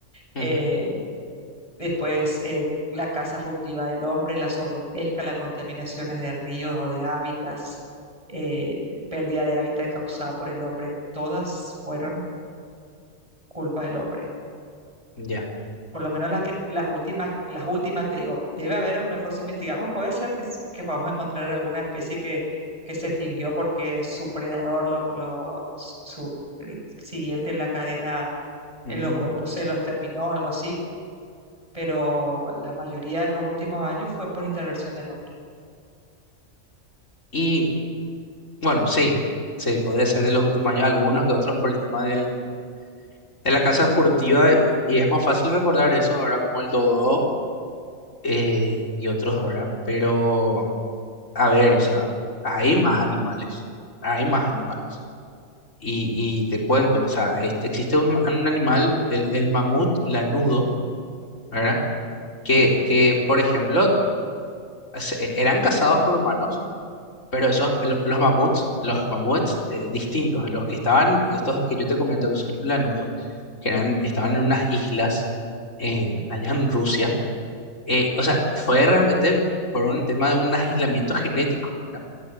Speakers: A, on the right; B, on the left.
A: Eh,
B: Ujú,
A: después, eh, la caza furtiva del hombre, la sobrepesca, las contaminaciones de ríos o de hábitats, eh, pérdida de hábitat causada por el hombre, todas fueron culpa del hombre.
B: Ya.
A: por lo menos las que las últimas, las últimas, te digo, debe haber, a lo mejor si investigamos, puede ser que, s- que podamos encontrar alguna especie que, que se extinguió porque su predador, lo, lo- su, su- el siguiente en la cadena,
B: Ujú.
A: eh, lo, co- lo sé, los terminó, algo así. Pero la mayoría en los últimos años fue por intervención del hombre.
B: Y bueno, sí, sí, podría ser de los últimos años, algunos que otros por el tema del, de la casa furtiva, y, y es más fácil recordar eso, ahora Como el dodo eh, y otros, ¿verdad? Pero, a ver, o sea, hay más animales, hay más animales. Y, y te cuento, o sea, este, existe un, ma- un animal, el, el mamut lanudo, ¿verdad? Que, que, por ejemplo, se- e, eran cazados por humanos Pero esos,
A: Sí.
B: lo- los mamuts, los mamuts eh, distintos, los que estaban, estos que yo te comento que son los planudos que eran, estaban en unas islas en-
A: Ujú.
B: allá en Rusia, eh, o sea, fue realmente por un tema de un aislamiento genético, ¿verdad?